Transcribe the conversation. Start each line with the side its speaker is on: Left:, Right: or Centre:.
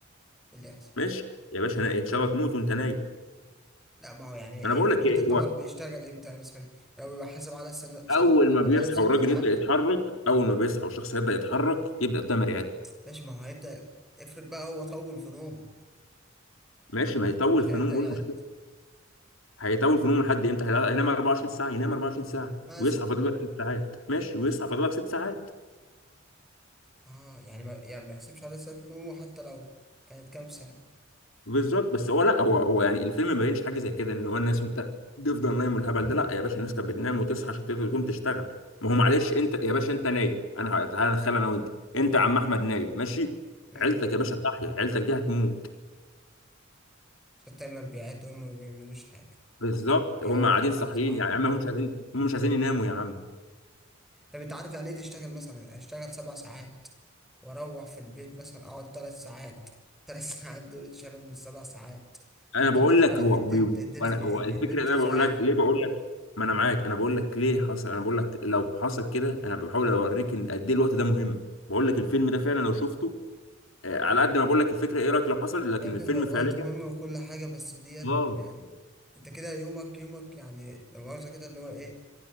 Centre: إيه اللي يحصل
Left: ماشي يا باشا نا- ان شاء الله تموت وانت نايم
Centre: لا ما هو يعني
Left: ما انا بقول
Centre: ليميت
Left: لك ايه
Centre: الطبق
Left: هو
Centre: بيشتغل امتى مثلا لو بيبقى حاسب عدد سنة- ساعات
Left: اول ما
Centre: بني
Left: بيصحى
Centre: ادم ست
Left: والراجل
Centre: ساعات
Left: يبدا يتحرك اول ما بيصحى والشخص يبدا يتحرك يبدا التايمر يعد
Centre: ماشي ما هو هيبدا افرض بقى هو طول في نومه
Left: ماشي ما يطول
Centre: يعني مش
Left: في
Centre: هيبدا
Left: نوم قول
Centre: يعد
Left: هيطول في نومه لحد امتى هيلا- هينام 24 ساعه ينام 24 ساعه
Centre: مثلا
Left: ويصحى فاضل لك ست ساعات ماشي ويصحى فاضل لك ست ساعات
Centre: اه يعني ما يعني ما بيحسبش عدد ساعات نومه حتى لو كانت كام ساعه
Left: بالظبط بس هو لا هو هو يعني الفيلم ما بينش حاجه زي كده ان هو الناس انت تفضل نايم والهبل ده لا يا باشا الناس كانت بتنام وتصحى عشان تقدر تقوم تشتغل ما هو معلش انت يا باشا انت نايم انا ه- تعالى نتخيل انا وانت انت يا عم احمد نايم ماشي
Centre: امم
Left: عيلتك يا باشا صاحيه عيلتك دي هتموت
Centre: عشان التايمر بيعد وهم ما بيعملوش حاجه
Left: بالظبط
Centre: بيعوضوش
Left: هم قاعدين صاحيين
Centre: الساعات
Left: يعني يا عم هم مش عايزين هم مش عايزين يناموا يا عم
Centre: طب انت عارف يعني ايه تشتغل مثلا اشتغل سبع ساعات واروح في البيت مثلا اقعد ثلاث ساعات ثلاث <laughs> ساعات دول اتشالوا من السبع ساعات
Left: انا
Centre: ورحت
Left: بقول
Centre: مش
Left: لك
Centre: عارف
Left: هو
Centre: اديت
Left: بي...
Centre: اديت
Left: انا
Centre: ل-
Left: هو الفكره
Centre: لبنت
Left: ان انا
Centre: ساعة
Left: بقول لك ليه بقول لك ما انا معاك انا بقول لك ليه حصل انا بقول لك لو حصل كده انا بحاول اوريك ان قد ايه الوقت ده مهم بقول لك الفيلم ده فعلا لو شفته آه، على قد ما بقول لك الفكره ايه رايك لو حصل لكن
Centre: يا ابني
Left: الفيلم
Centre: هو الوقت
Left: فعليا
Centre: مهم وكل حاجة بس ديت
Left: اه
Centre: يعني انت كده يومك يومك يعني لو مؤاخذة كده اللي هو ايه